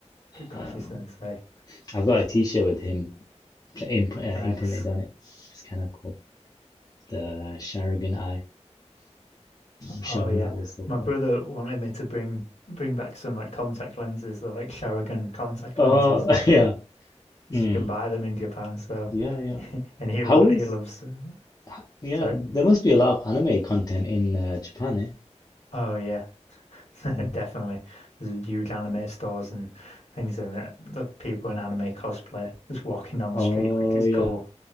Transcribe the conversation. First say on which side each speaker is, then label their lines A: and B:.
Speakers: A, on the left; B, on the left.
A: Kakashi
B: Um,
A: Sensei.
B: I've got a t-shirt with him pl- imp uh, imprinted
A: Nice.
B: on it. It's kind of cool. The Sharingan eye, showing
A: Oh yeah.
B: that was so
A: My
B: cool.
A: brother wanted me to bring bring back some like contact lenses. They're like Sharingan contact
B: Oh,
A: lenses
B: <laughs> yeah.
A: because
B: Mm,
A: you can buy them in Japan. So,
B: yeah, yeah.
A: <laughs> and he
B: How
A: lo
B: is,
A: he loves. uh,
B: h- yeah,
A: Sorry.
B: there must be a lot of anime content in uh, Japan, eh?
A: Oh yeah, <laughs>
B: Mm,
A: definitely. There's huge anime stores and things in it. The people
B: mm.
A: in anime cosplay just walking down
B: Oh,
A: the street, which is
B: yeah.
A: cool.